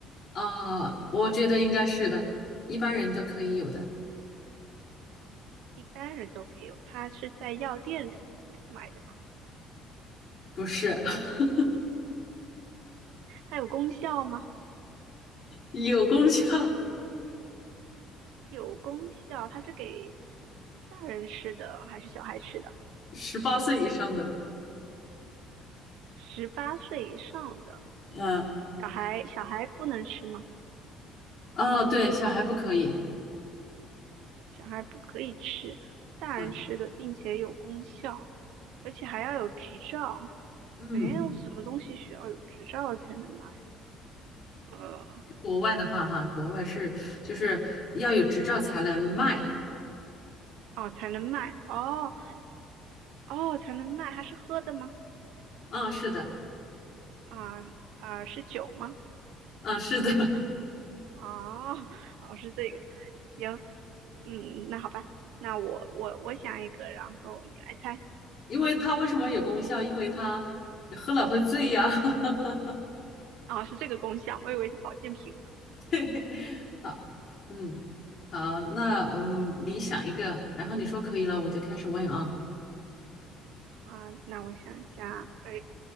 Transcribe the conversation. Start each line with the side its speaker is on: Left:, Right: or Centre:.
Left: 啊，我觉得应该是的，一般人都可以有的，
Right: 一般人都可以有，它是在药店里买买的吗？
Left: 不是 <laughs>
Right: 它有功效吗？
Left: 有功效，
Right: 有功效，它是给大人吃的还是小孩吃的？
Left: 十八岁以上的。
Right: 十八岁以上的
Left: 嗯，
Right: 小孩，小孩不能吃吗？
Left: 哦，对，小孩不可以。
Right: 小孩不可以吃大人吃的，
Left: 嗯
Right: 并且有功效，而且还要有执照。
Left: 嗯，
Right: 哎，我什么东西需要有执照才能卖呀？呃，
Left: 国外的话哈，国外是就是要有执照才能卖。
Right: 哦，才能卖，哦哦，才能卖，它是喝的吗？
Left: 嗯，是的，
Right: 啊啊，是酒吗？
Left: 嗯，是的，<laughs>
Right: 哦，<laughs> 哦，是这个，行，嗯，那好吧，那我我我想一个，然后你来猜。
Left: 因为它为什么有功效？因为它喝了会醉呀。<laughs>
Right: 啊，是这个功效，我以为是保健品呢。
Left: 对，好，嗯，好，那嗯，你想一个，然后你说可以了，我就开始问啊。
Right: 啊，那我想一下，哎，